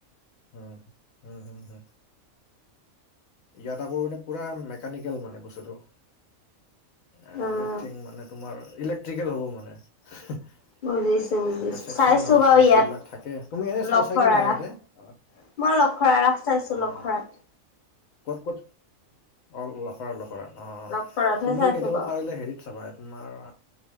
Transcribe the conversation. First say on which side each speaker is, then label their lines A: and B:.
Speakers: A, on the left; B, on the left.
A: উম উম, হম, হ। ইয়াত আকৌ মানে পুৰা মেকানিকেল মানে বস্তুটো। এভৰিথিং
B: উম,
A: মানে তোমাৰ ইলেক্ট্ৰিকেল হ'ব মানে। এনেকে
B: বুজিছো বুজিছো
A: ছেকচন
B: চাইছো
A: ৱাইজ
B: বাৰু
A: বস্তু
B: ইয়াত
A: বিলাক থাকে তুমি এনে চাই
B: লখৰা
A: চা কি নাই
B: ৰাস।
A: ইয়াতে? অ'।
B: মই লখৰা ৰাস চাইছোঁ
A: অ,
B: লখৰাত।
A: ক'ত ক'ত? অ', লখৰা লখৰাত অ'।
B: লখৰাতহে
A: তুমি
B: চাইছো
A: কেতিয়াবা
B: বাৰু।
A: পাৰিলে হেৰিত চাবা এত তোমাৰ